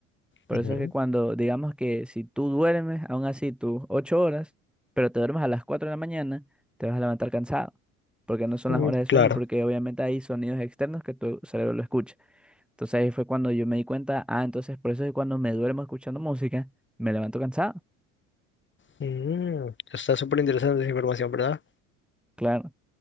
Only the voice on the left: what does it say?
Ujú.
Mm,
claro.
Mm, está súper interesante esa información, ¿verdad?